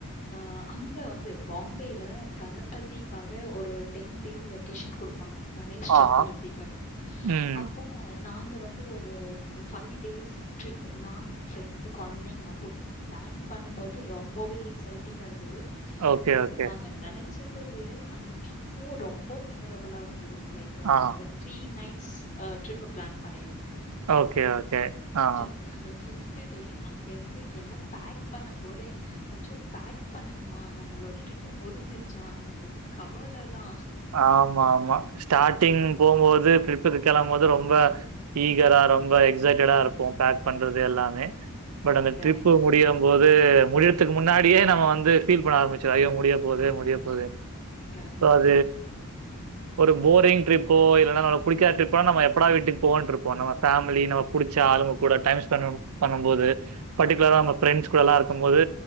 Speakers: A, on the left; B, on the right.
A: ஆ அங்க வந்து பாம்பேல கணபதிக்காக ஒரு டென் டேஸ் வெக்கேஷன் குடுப்பாங்க கணேஷ் சத்துர்த்திக்காக
B: ஆஹா. ம்.
A: அப்போ நாங்க வந்து ஒரு ஃபைவ் டேஸ் சுற்றி நானு ஃப்ரெண்ட்ஸ்ஸு கொழந்தைங்க மட்டு ப்ளான் பண்ணுபோது ரொம்பவே எக்ஸைட்டிங்கா இருந்தது
B: ஓகே,
A: ஈவன்
B: ஓகே.
A: நாங்க நெனைச்சதை விட அந்த ட்ரிப்பு ரொம்ப மெமரபிளா இருந்தது லைக் கு
B: ஆ.
A: நாங்க த்ரீ நைட்ஸ்ஸு அ ட்ரிப் ப்ளான் பண்ணிருந்தோ
B: ஓகே ஓகே ஆ.
A: ஜஸ்ட் அந்த ஃபிப்து டே அங்க இருந்து எல்லா பேக் பண்ண போதே அச்சோ பேக் பண்ணணுமா நம்மளோட ட்ரிப்பு முடிஞ்சிருச்சா அந்த கவல தா
B: ஆமா ஆமா ஸ்டார்டிங் போபோது ட்ரிப்க்கு கெளம்போது ரொம்ப ஈகரா ரொம்ப எக்ஸைட்டடா இருப்போ பேக் பண்றது எல்லாமே பட் அந்த
A: கரெக்டு
B: ட்ரிப்பு முடிய போது முடியறதுக்கு முன்னாடியே நம்ம வந்து ஃபீல் பண்ண ஆரம்பிச்சு ஐயோ முடியா போதே முடிய போதே
A: கரெக்ட்
B: <unintelligible> ஒரு போரிங் ட்ரிப்போ இல்லைன்னா நம்மளுக் புடிக்காத ட்ரிப்போ நம் எப்பாட வீட்டுக்கு போவோன்ருப்போ நம்ம ஃபேமிலி நம்ம புடிச்ச ஆளுங்க கூட டைம் ஸ்பெண்ட் பண்ணு போது பர்டிகுலரா நம்ம ஃப்ரெண்ட்ஸ்ஸு கூட எல்லா இருக்கு போது